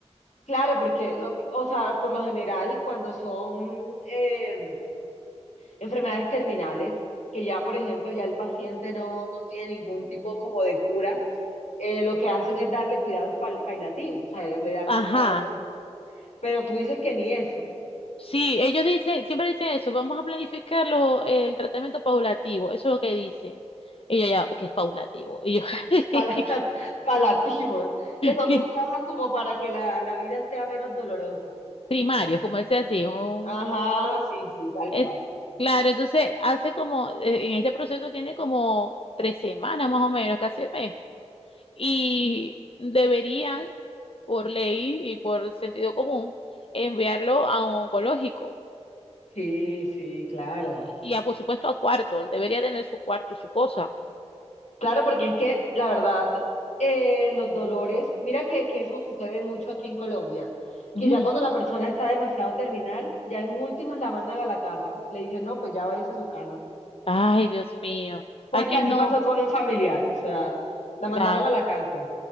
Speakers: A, on the left; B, on the left.
A: Claro, porque lo, que- o sea, por lo general, cuando son eh, enfermedades terminales, que ya, por ejemplo, ya el paciente no, no tiene ningún tipo como de cura, eh, lo que hacen es darle cuidados pal- paliativos, o sea, le dan como,
B: Ajá,
A: pero tú dices que ni eso,
B: sí, ellos dicen, siempre dicen eso, vamos a planificar lo- el tratamiento paulativo, eso es lo que dicen. Y yo ya, que es paulativo. Y yo, <laughs>
A: pala- <laughs> paliativos, que son
B: que
A: cuidados como para que la, la vida sea menos dolorosa.
B: primario, como dice así. un-
A: Ajá, sí, sí, tal
B: eh,
A: cual.
B: claro, entonces hace como, eh, en este proceso tiene como tres semanas más o menos, casi el mes. Y deberían, por ley y por sentido común, enviarlo a un oncológico
A: Sí, sí, claro.
B: Y, y, ah, por supuesto a cuarto, él debería tener su cuarto, su cosa.
A: Claro, porque es que la verdad, eh, los dolores, mira que, que eso sucede mucho aquí en Colombia,
B: Ujú.
A: que ya cuando la persona está demasiado terminal, ya en últimas la mandan a la casa, le dicen, no, pues ya váyase a su casa,
B: Ay, Dios mío.
A: porque
B: Aquí
A: así
B: no,
A: pasó con un familiar, o sea, la
B: claro,
A: mandaron a la casa.